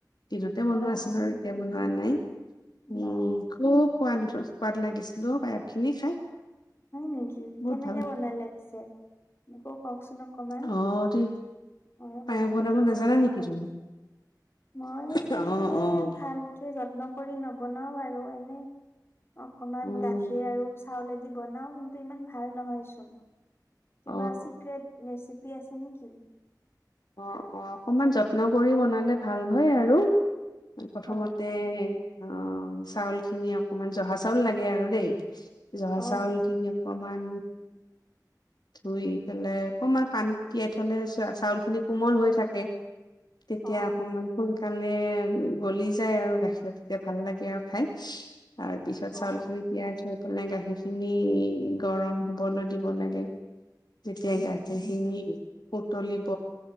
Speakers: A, on the left (about 75°); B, on the left (about 35°).
A: দিনতে বনোৱা
B: অ
A: আছিল
B: অ
A: আৰু এতিয়া বনোৱা নাই।
B: বাহ
A: উম খুব সোৱাদ সোৱাদ লাগিছিলো পায়স খিনি খাই
B: হয় নেকি
A: বহুত
B: কেনেকে
A: ভাল
B: বনালে পিছে। <inaudible> মোকো কওকচোন অকমান
A: অ তুমি
B: মইও
A: পায়স
B: বনাম
A: বনাব
B: কেতিয়াবা
A: নাজানা নেকি
B: ঘৰত
A: তুমি
B: মই
A: অ',
B: তেনেকে
A: অ',
B: ভালকে যত্ন কৰি <unintelligible> বনাও আৰু এনে অকমান
A: উম,
B: গাখীৰ আৰু চাউলেদি বনাও কিন্তু ইমান ভাল নহয়চোন কিবা
A: অ',
B: ছিক্ৰেট ৰেচিপি আছে নেকি? <inaudible>
A: অ' অ' অকমান যত্ন কৰি বনালে ভাল হয় আৰু প্ৰথমতে
B: হয় হয়
A: অ' চাউল সিখিনি অকমান জহা চাউল লাগে আৰু দেই জহা
B: অ
A: চাউল খিনিয়ও অকমান ধুই পেলাই অকমান পানীত তিয়াই থলে চাউল খিনি। কোমল হৈ থাকে। তেতিয়া
B: অ
A: অকণমান। <unintelligible> <unintelligible> গলি যায় আৰু গাখীৰ তেতিয়া ভাল লাগে আৰু খাই। তাৰ পিছত চাউল
B: অ
A: খিনি তিয়াই থৈ পেলাই। <unintelligible> সেইখিনি গৰম হবলৈ দিব লাগে। যেতিয়া গাখীৰ
B: অ
A: খিনি উত। তলিব।